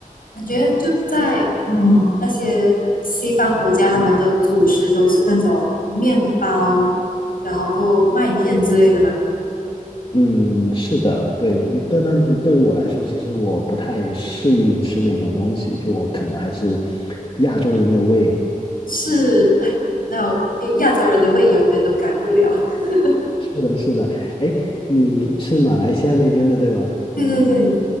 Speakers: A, on the left (about 85°); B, on the left (about 40°).
A: 感觉就在嗯那些西方国家，他们的主食都是那种面包，然后过麦片之类的嘛？
B: 嗯，是的，对，但但对于我来说，其实我不太适应吃那种东西，就我可能还是亚洲人的胃。
A: 是，哎，那我亚洲人的胃永远都改不了。<laughs>
B: 是的，是的，哎，你是马来西亚那边的，对吧？
A: 对对对，